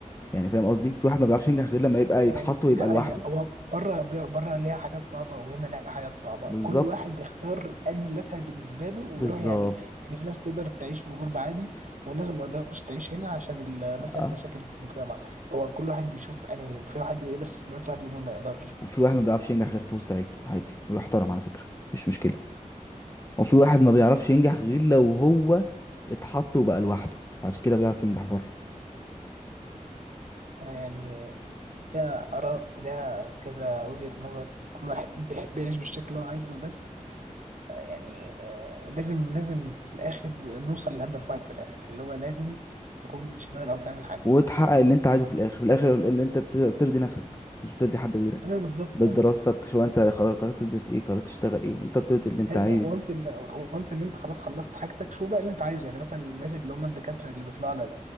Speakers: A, on the left (about 25°); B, on the right (about 70°).
A: يعني فاهم قصدي في واحد ما بيعرفش ينجح غير لما يبقى
B: يعني
A: يتحط ويبقى
B: لا
A: لوحده
B: هي هو بره بره ليها حاجات صعبة وهنا ليها حاجات صعبة
A: بالظبط
B: كل واحد بيختار انهي الاسهل بالنسبة له ويروح
A: بالظبط
B: يعمله يعني في ناس تقدر تعيش في الغربة عادي والناس ما تقدرش تعيش هنا عشان ال- مثلا
A: اه
B: المشاكل في المجتمع هو كل واحد بيشوف انهي في واحد يقدر يسيبك واحد يقدر ما يقدرش
A: وفي واحد ما بيعرفش ينجح غير في وسط عيلته عادي ويحترم على فكرة مفيش مشكلة وفي واحد ما بيعرفش ينجح غير لو هو اتحط وبقى لوحده عشان كده بيعرف ينجح بره
B: يعني ليها آراء وليها كذا وجهة نظر كل واحد بيح- بيعيش بالشكل اللي هو عايزه بس يعني آه، لازم لازم في الآخر نوصل لهدف واحد في الآخر اللي هو لازم تكون بتشتغل أو تعمل حاجة
A: وتحقق اللي انت عايزه في الاخر في الاخر اللي انت بت- بترضي نفسك مش بترضي حد غيرك
B: ايوه بالظبط
A: بدراستك
B: يعني
A: شو انت قرر- قررت تدرس ايه قررت تشتغل ايه انت بترضي اللي انت
B: يعني
A: عايز
B: وانت ان وانت ان انت خلاص خلصت حاجتك شو بقى اللي انت عايزه يعني مثلا الناس اللي هم الدكاتره اللي بيطلعوا على